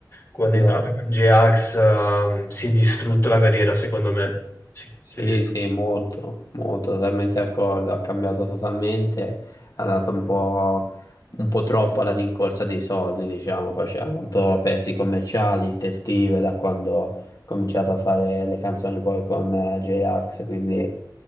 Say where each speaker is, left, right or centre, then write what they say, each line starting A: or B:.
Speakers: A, on the left; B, on the left.
A: Quando
B: esatto.
A: è entrato con J-Ax, ehm, si è distrutto la carriera, secondo me. Sì, si
B: Sì,
A: è distrutto.
B: sì, molto, molto, totalmente d'accordo, ha cambiato totalmente, ha dato un po', un po' troppo alla rincorsa dei soldi, diciamo, faceva molto pezzi commerciali, testive, da quando ho cominciato a fare le canzoni poi con eh, J-Ax, quindi